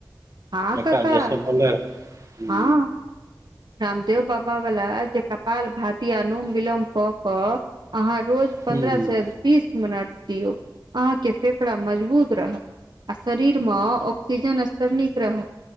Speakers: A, on the right (about 70°); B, on the right (about 45°).
A: हँ
B: जकां
A: काका
B: जैसे बोले ह
A: हँ रामदेव बाबा वला जे कपाल भाति, अनुलोम विलोम क कऽ अहाँ रोज
B: हूँ
A: पन्द्रह से बीस मिनट दियौ, अहाँके फेफड़ा मजबूत रहत। आ शरीर मे ऑक्सीजन स्तर नीक रहत।